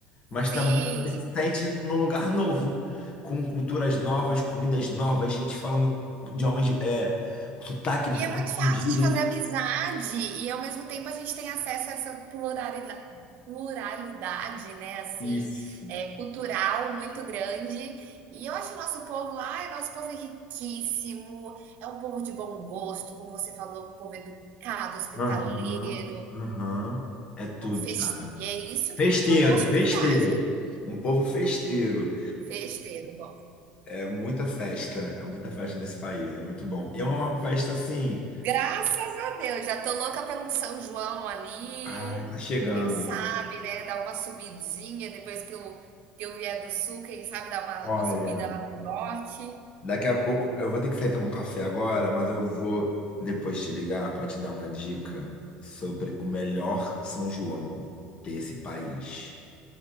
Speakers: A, on the left; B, on the right.
A: Mas
B: sim.
A: também você se sente num lugar <laughs> novo, com culturas novas, comidas novas, gente falando idiomas, de- é, o sotaque
B: E
A: diferente
B: é muito fácil
A: com gírias.
B: de fazer amizade, e ao mesmo tempo a gente tem acesso a essa pluralidade, pluralidade né, assim,
A: Isso.
B: é, cultural muito grande. E eu acho o nosso povo, ai, nosso povo é riquíssimo, é um povo de bom gosto, como você falou, um povo educado, hospitaleiro,
A: Aham, aham, é tudo,
B: festeiro.
A: cara.
B: E é isso
A: Festeiro,
B: que, que eu gosto
A: festeiro.
B: de viagem,
A: Um povo festeiro.
B: festeiro, eu gosto.
A: É, é muita festa, é muita festa nesse país, é muito bom. E é uma festa assim.
B: Graças a Deus, já tô louca pelo São João ali.
A: Ai, tá chegando.
B: Quem sabe, né, dar uma subidinha depois que eu, que eu vier do sul, quem sabe dar uma,
A: Olha,
B: uma subida lá pro norte.
A: daqui a pouco eu vou ter que sair tomar um café agora, mas eu vou depois te ligar para te dar uma dica sobre o melhor São João desse país.